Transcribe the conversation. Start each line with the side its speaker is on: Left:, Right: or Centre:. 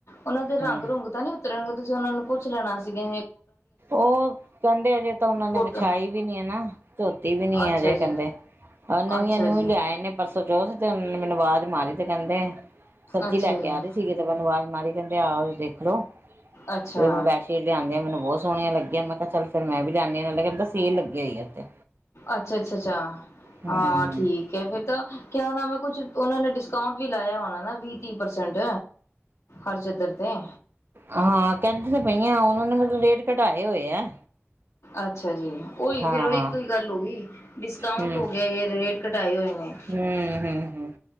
Left: ਓਨਾ ਦੇ ਰੰਗ
Right: ਹੂੰ
Left: ਰੂੰਗ ਤਾਂ ਨੀ ਤਰਗੇ ਤੁਸੀਂ ਓਨਾ ਨੂੰ ਪੁੱਛ ਲੈਣਾ ਸੀਗੇ।
Right: ਓ ਕੇਦੇ ਅਜੇ ਤਾਂ ਓਨਾਂ ਨੇ
Left: ਕੋਟ
Right: ਵਿਛਾਈ ਵੀ ਨੀ ਐ ਨਾ ਧੋਤੀ ਵੀ ਨੀ
Left: ਅੱਛਾ
Right: ਐ ਅਜੇ
Left: ਜੀ
Right: ਕੇਦੇ। ਅ ਨਵੀਆਂ
Left: ਅੱਛਾ
Right: ਨਿਓ
Left: ਜੀ
Right: ਈ ਲਿਆਏ ਨੇ। ਪਰਸੋ ਚੋਥ ਤੇ ਓਨੇ ਮੈਨੂੰ ਵਾਜ਼ ਮਾਰੀ ਤੇ ਕੈਂਦੇ ਸਬਜ਼ੀ
Left: ਅੱਛਾ
Right: ਲੈ
Left: ਜੀ
Right: ਕੇ ਆ ਰੀ ਸ ਸੀਗੇ ਤੇ ਮੈਨੂੰ ਵਾਜ਼ ਮਾਰੀ ਕੈਂਦੇ ਆਓ ਦੇਖੋ
Left: ਅੱਛਾ ਅੱਛਾ
Right: ਫੇਰ ਮੈਂ ਬੈਡਸ਼ੀਟ ਲਿਆਂਦੀ ਆਾ ਮੈਨੂੰ ਬੌਤ ਸੋਣੀਆਂ ਲੱਗੀਆਂ ਮੈਂ ਕਿਆ ਚੱਲ ਫੇਰ ਮੈਂ ਵੀ ਲਿਆਨੀ ਆ ਨਾਲੇ ਕੈਂਦਾ ਸੇਲ ਲੱਗੀ ਹੋਈ ਆ ਉੱਥੇ
Left: ਅੱਛ ਅੱਛ ਅੱਛਾ
Right: ਹੂੰ
Left: ਹਾਂ ਠੀਕ। ਤੇ ਫਿਰ ਤਾਂ ਕਿਆ ਮੈਂ ਕੁੱਛ ਓਨਾ ਨੇ ਡਿਸਕਾਉਂਟ ਵੀ ਲਾਇਆ ਹੋਣਾ ਨਾ ਵੀਹ ਤੀਹ ਪਰਸੈਂਟ। ਹਰ ਚੱਧਰ ਤੇ।
Right: ਹਾਂ ਕਹਿੰਦੀ ਤੇ ਪਈਆਂ ਓਨਾਂ ਨੇ ਮਤਲ ਰੇਟ ਘਟਾਏ ਹੋਏ ਆ।
Left: ਅੱਛਾ ਜੀ ਓਈ
Right: ਹਾਂ
Left: ਫੇਰ ਓਈ
Right: ਹਾਂ
Left: ਇੱਕੋ ਈ ਗੱਲ ਹੋ ਗਈ ਡਿਸਕਾਉਂਟ
Right: ਹੂੰ
Left: ਹੋ ਗਿਆ ਜੇ ਰੇਟ ਘਟਾਏ ਹੋਏ ਨੇ
Right: ਹੂੰ ਹੂੰ ਹੂੰ